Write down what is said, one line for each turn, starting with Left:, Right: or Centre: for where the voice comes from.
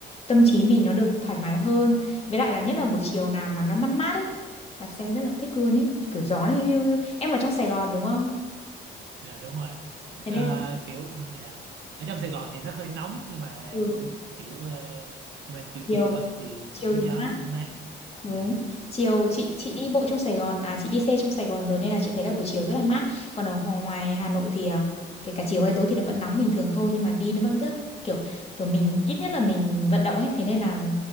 Left: tâm trí mình nó được thoải mái hơn Với lại là nhất là buổi chiều nào mà nó mát mát ấy Đạp xe rất là thích luôn ấy, kiểu gió nó hiu hiu hiu Em ở trong Sài Gòn đúng không?
Right: dạ đúng rồi
Left: Thế
Right: Ờ,
Left: nên là
Right: kiểu dạ. ở trong Sài Gòn thì nó hơi nóng nhưng mà
Left: ừ,
Right: kiểu kiểu ờ, nhưng mà từ
Left: chiều,
Right: chiều á thì
Left: chiều
Right: cũng cái
Left: thì
Right: gió
Left: mát
Right: nó cũng mát
Left: Đúng.
Right: dạ.
Left: Chiều chị chị đi bộ trong Sài Gòn à chị đi xe trong Sài Gòn rồi nên là chị thấy là buổi chiều rất là mát. Còn ở ho- ngoài Hà Nội thì à, kể cả chiều hay tối thì nó vẫn nóng bình thường thôi nhưng mà đi nó vẫn rất kiểu kiểu mình ít nhất là mình vận động ấy thế nên là